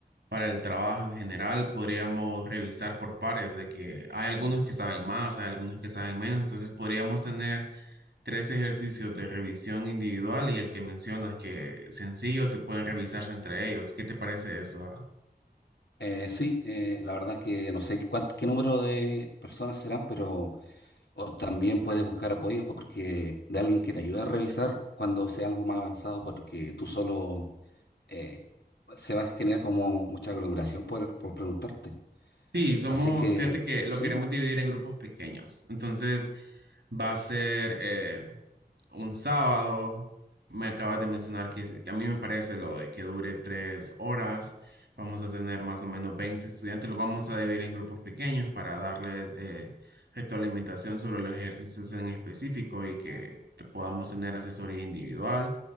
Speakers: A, on the right (about 80°); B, on the left (about 80°).
A: para el trabajo en general, podríamos revisar por pares de que hay algunos que saben más, hay algunos que saben menos, entonces podríamos tener tres ejercicios de revisión individual y el que mencionas que sencillo, que pueden revisarse entre ellos. ¿Qué te parece eso? ah?
B: eh, sí, eh, la verdad es que no sé cuánt- qué número de personas serán, pero o también puedes buscar apoyo porque de alguien que te ayude a revisar cuando sea algo más avanzado, porque tú solo eh, se va a generar como mucha aglomeración por, por preguntarte.
A: Sí, somos,
B: Así que...
A: fíjate que lo
B: Sí.
A: queremos dividir en grupos pequeños. Entonces va a ser, eh, un sábado. Me acabas de mencionar que es- a mí me parece lo de que dure tres horas. Vamos a tener más o menos 20 estudiantes. Los vamos a dividir en grupos pequeños para darles eh, retroalimentación sobre los ejercicios en específico y que te- podamos tener asesoría individual.